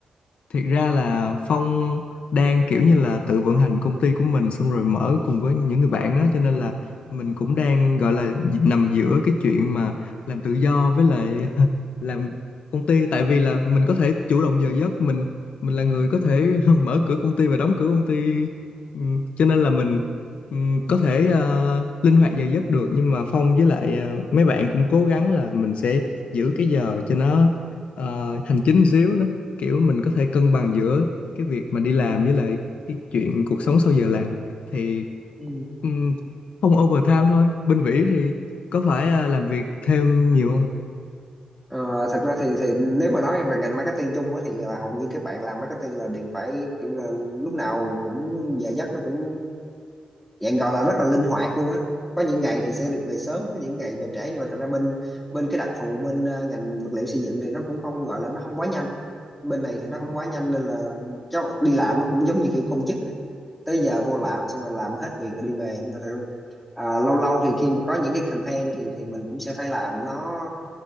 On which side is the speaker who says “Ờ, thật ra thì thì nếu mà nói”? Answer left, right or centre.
Centre